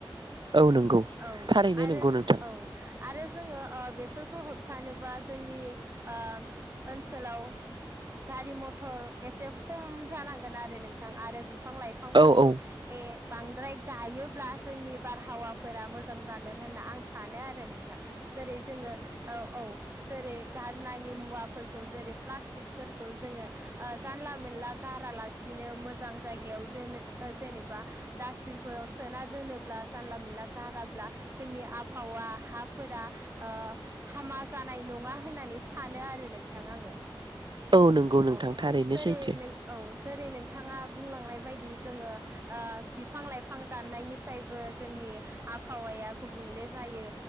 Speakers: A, on the right; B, on the right.
A: औ नंगौ
B: औ
A: थारैनो
B: आरो
A: नंगौ नोंथां
B: औ । जोङो ओ बेफोरखौ होबथानोबा जोंनि ओ ओनसोलाव गारि मथर एसे खम जानांगोन आरो नोंथां आरो बिफां लाइफांफोरखौ
A: औ औ
B: ए बांद्राय गायोब्ला जोंनि बारहावाफोरा मोजां जागोन होनना आं सानो आरो नोंथां। जेरै जोङो औ औ जेरै गारनााङि मुवाफोरखौ जेरै प्लास्टिकफोरखौ जोङो ओ जानला मोनला गारालासिनो बि मोजां जाय जेनेबा बिनाव सोना दोनोब्ला जानला मोनला गाराब्ला जोंनि आबहावा हा फोरा ओ हामा जानाय नङा होननानै सानो आरो नोंथां आङो ।
A: औ नंगौ नोंथां
B: औ
A: थारैनो
B: जेरै
A: सैथो
B: नों औ जेरै नोंथाङा बुंलांनाय बायदि जोङो ओ बिफां लाइफां दाननायनिफ्रायबो जोंनि नि आबहावाया गुबुंले जायो